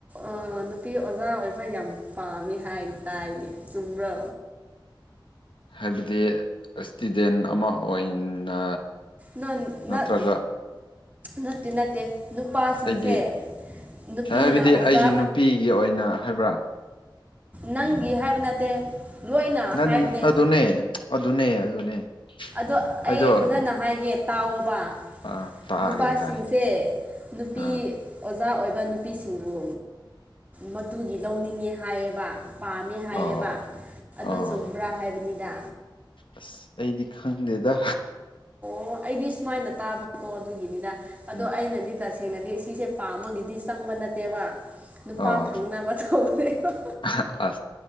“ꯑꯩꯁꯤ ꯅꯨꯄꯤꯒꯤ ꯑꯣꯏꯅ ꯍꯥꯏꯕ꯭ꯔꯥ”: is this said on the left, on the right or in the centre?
Left